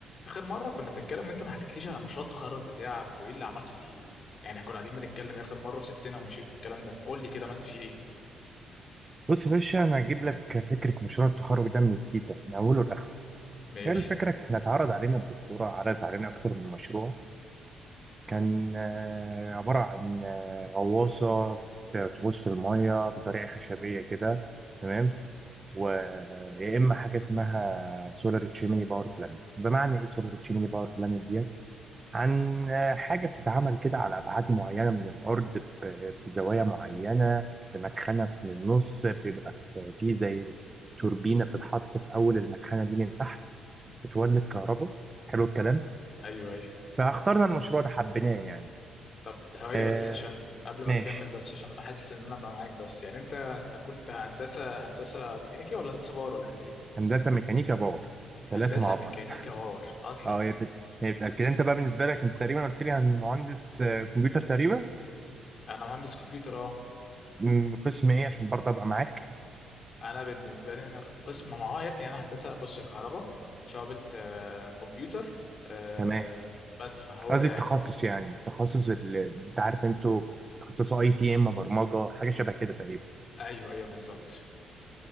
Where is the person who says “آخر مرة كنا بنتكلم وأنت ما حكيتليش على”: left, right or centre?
Left